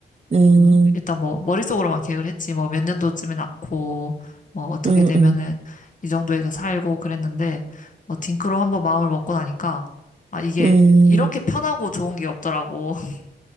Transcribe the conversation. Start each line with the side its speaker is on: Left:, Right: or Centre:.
Right: 음,
Left: 그 일단 뭐 머릿속으로만 계획을 했지. 뭐 몇 년도쯤에 낳고 뭐 어떻게
Right: 음,
Left: 되면은
Right: 음.
Left: 이 정도에서 살고 그랬는데 뭐 딩크로 한번 마음을 먹고 나니까 아, 이게
Right: 음,
Left: 이렇게 편하고 좋은 게 없더라고. <laughs>